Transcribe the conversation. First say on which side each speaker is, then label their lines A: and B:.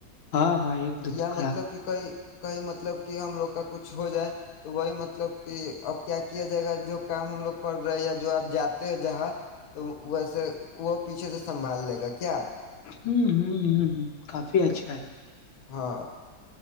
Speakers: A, on the left; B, on the left.
A: ہاں ہاں ایک دو
B: یا
A: تو خراب
B: مطلب کہ کوئی کہئی مطلب کہ ہم لوگ کا کچھ ہو جائے تو وہی مطلب کہ اب کیا کیا جائے گا جو کام ہم لوگ کر رہے ہیں یا جو آپ جاتے ہو جہاں تو ویس وہ پیچھے سے سنبھال لے گا کیا
A: ہوں ہ ہ ہ کافی اچھا ہے
B: ہاں